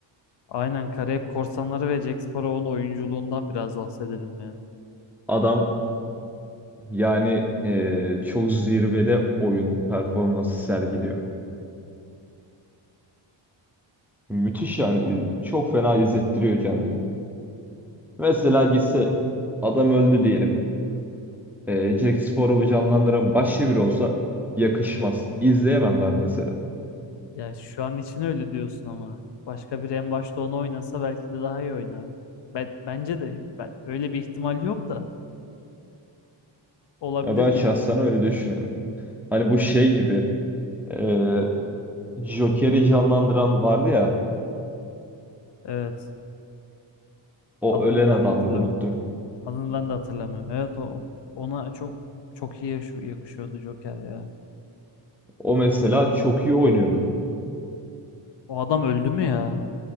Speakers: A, on the left; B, in the centre.
A: Aynen Karayip Korsanları ve Jack Sparrow'un oyunculuğundan biraz bahsedelim ya.
B: Adam yani eee, çok zirvede oyun performansı sergiliyor. Müthiş yani. İz- Çok fena izlettiriyor kendini. Mesela gitse adam öldü diyelim. E, Jack Sparrow'u canlandıran başka biri olsa yakışmaz. İzleyemem ben mesela.
A: Ya şu an için öyle diyorsun ama başka biri en başta onu oynasa belki de daha iyi oynardı. Ben, bence de ben- öyle bir ihtimal yok da olabilirdi
B: Ya ben şahsen
A: yani.
B: öyle düşünüyorum. Hani bu şey gibi e, Joker'i canlandıran vardı ya.
A: Evet.
B: O
A: Adını
B: ölen adamdı
A: ben de hatırlamıyorum.
B: unuttum.
A: Adını ben de hatırlamıyorum. Evet o ona çok çok iyi yakış- yakışıyordu Joker ya.
B: O mesela çok iyi oynuyordu.
A: O adam öldü mü ya?